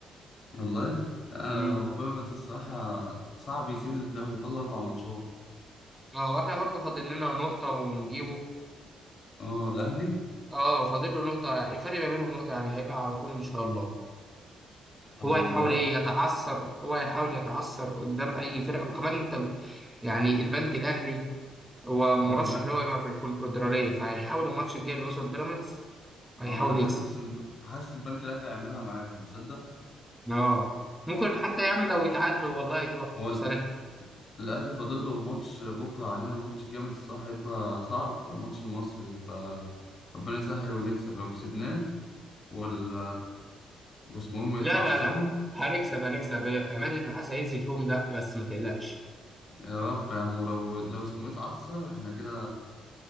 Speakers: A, on the left (about 50°); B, in the centre.
A: والله آه،
B: امم
A: هو بيراميدز الصراحه صعب يسيب الدوري فاضل اربع ماتشات
B: اه واحنا برضو فاضل لنا نقطة ونجيبه
A: اه الاهلي
B: اه فاضل له نقطة يعني الفرق ما بينهم نقطة يعني هيبقى على طول ان شاء الله
A: اه
B: هو هيحاول
A: يا
B: ايه
A: رب
B: يتعثر هو هيحاول يتعثر قدام اي فرقة وكمان انت ب- يعني البنك الاهلي هو مرشح
A: اه البنك
B: اللي هو يبقى في الكونفدرالية فهيحاول الماتش الجاي اللي وصل بيراميدز هيحاول
A: اه انا حاسس
B: يكسب
A: إن- حاسس البنك الاهلي هيعملها معاهم تصدق
B: اه ممكن حتى يعمل لو يتعادلوا والله تبقى في
A: هو
B: في
A: ال-
B: صالحنا
A: الاهلي فاضل له ماتش بكره علينا ماتش جامد الصراحه هيبقى صعب ماتش المصري ف ربنا يسهل ونكسب لو كسبناه وال واسمهم يتعصبوا
B: لا لا لا هنكسب هنكسب عماد النحاس هينزل فيهم ده بس ما تقلقش
A: يا رب يا عم ولو لو اسمه يتعصب احنا كده